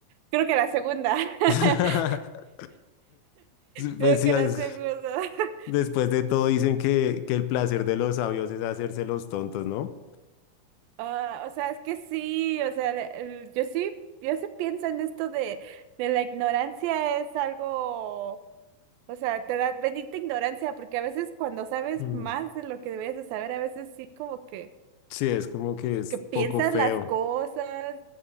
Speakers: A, on the right; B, on the left.
A: Creo que la segunda. <laughs>
B: <laughs>
A: Creo
B: Pues sí,
A: que
B: es-
A: la segunda. <laughs>
B: después de todo dicen que, que el placer de los sabios es hacerse los tontos, ¿no?
A: Ah, o sea, es que sí, o sea, le- el- yo sí, yo sí pienso en esto de, de la ignorancia es algo, o sea, te da bendita ignorancia, porque a veces cuando sabes
B: Mm.
A: más de lo que deberías de saber, a veces sí como que
B: Sí, es como que es
A: que piensas
B: poco feo.
A: las cosas,